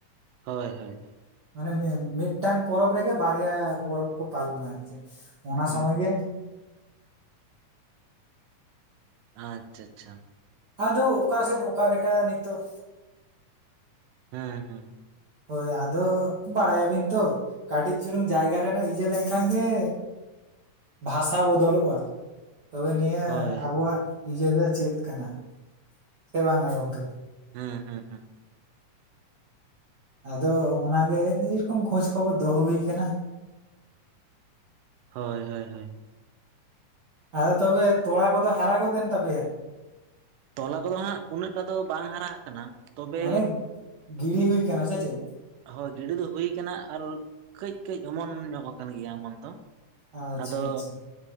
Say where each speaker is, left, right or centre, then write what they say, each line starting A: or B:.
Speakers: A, on the right (about 85°); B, on the right (about 60°).
A: ᱦᱳᱭ ᱼ ᱦᱳᱭ
B: ᱢᱟᱱᱮ ᱢᱤᱫᱴᱟᱝ ᱯᱚᱨᱚᱵᱽ ᱨᱮᱜᱮ ᱵᱟᱨᱭᱟ ᱯᱚᱨᱚᱵᱽ ᱠᱚ ᱯᱟᱞᱚᱱᱟ᱾ ᱟᱨ ᱪᱮᱫ ᱚᱱᱟ
A: ᱦᱩᱸ
B: ᱥᱚᱢᱚᱭ ᱜᱮ
A: ᱟᱪᱷᱟ - ᱟᱪᱪᱷᱟ
B: ᱟᱫᱚ ᱚᱠᱟ ᱥᱮᱫ ᱚᱠᱟ ᱞᱮᱠᱟ ᱱᱤᱛᱚᱜ
A: ᱦᱩᱸ - ᱦᱩᱸ
B: ᱦᱳᱭ ᱟᱫᱚ ᱵᱟᱲᱟᱭᱟᱵᱤᱱ ᱛᱚ ᱠᱟᱹᱴᱤᱡ ᱪᱩᱞᱩᱝ ᱡᱟᱭᱜᱟ ᱨᱮᱱᱟᱜ ᱤᱭᱟᱹ ᱞᱮᱱᱠᱷᱟᱱ ᱜᱮ! ᱵᱷᱟᱥᱟ ᱵᱚᱫᱚᱞᱚᱜᱼᱟ᱾ ᱛᱚᱵᱮ ᱱᱤᱭᱟᱹ
A: ᱦᱳᱭ
B: ᱟᱵᱚᱣᱟᱜ ᱤᱭᱟᱹ ᱫᱚ ᱪᱮᱫ ᱠᱟᱱᱟ᱾ ᱥᱮ ᱵᱟᱝ ᱦᱸ ᱜᱚᱝᱠᱮ?
A: ᱦᱩᱸ - ᱦᱩᱸ - ᱦᱩᱸ
B: ᱟᱫᱚ ᱚᱱᱟᱜᱮ ᱮ ᱨᱚᱠᱚᱢ ᱠᱷᱚᱡᱽ, ᱠᱷᱚᱵᱚᱨ, ᱫᱚᱦᱚ ᱦᱩᱭ ᱠᱟᱱᱟ᱾
A: ᱦᱳᱭ ᱻ ᱦᱳᱭ ᱻ ᱦᱳᱭ
B: ᱟᱫᱚ ᱛᱚᱵᱮ ᱛᱚᱲᱟ ᱠᱚᱫᱚ ᱦᱟᱨᱟ ᱜᱚᱫ ᱮᱱ ᱛᱟᱯᱮᱭᱟ?
A: ᱛᱚᱞᱟ ᱠᱚᱫᱚ ᱦᱟᱸᱜ ᱩᱱᱟᱹᱜ ᱴᱟ ᱫᱚ ᱵᱟᱝ ᱦᱟᱨᱟ ᱟᱠᱟᱱᱟ᱾ ᱛᱚᱵᱮ
B: ᱢᱟᱱᱮ ᱜᱤᱲᱤ ᱦᱩᱭ ᱠᱟᱱᱟ ᱥᱮ ᱪᱮᱫ?
A: ᱦᱳᱭ ᱜᱤᱰᱤ ᱫᱚ ᱦᱩᱭ ᱠᱟᱱᱟ ᱟᱨ ᱠᱟᱹᱡ ᱠᱟᱹᱡ ᱚᱢᱚᱱ ᱧᱚᱜ ᱟᱠᱟᱱ ᱜᱮᱭᱟ ᱚᱢᱚᱱ ᱫᱚ
B: ᱟᱪᱪᱷᱟ
A: ᱟᱫᱚ
B: ᱟᱪᱪᱷᱟ